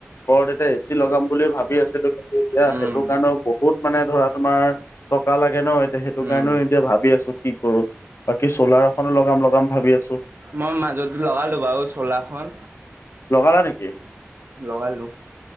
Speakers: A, on the left; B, on the right.
A: ঘৰত এতিয়া এ চি লগাম বুলি ভাবি আছিলোঁ কিন্তু এতিয়া
B: উম,
A: সেইটো কাৰণেও বহুত মানে ধৰা তোমাৰ টকা লা সেইকাৰণেও এতিয়া সেইটো
B: উম।
A: কাৰণেও এতিয়া ভাবি আছোঁ কি কৰো। বাকী চ'লাৰ এখনো লগাম লগাম ভাবি আছোঁ।
B: মই মাজত লগালো বাৰু চলাৰখন
A: লগালা নেকি?
B: লগালোঁ।